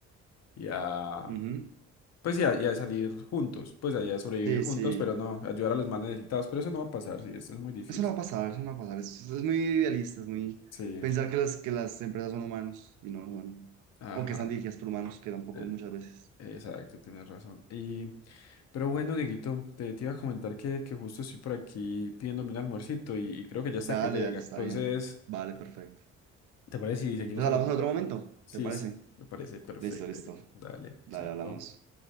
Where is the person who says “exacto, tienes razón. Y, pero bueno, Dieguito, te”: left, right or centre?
Left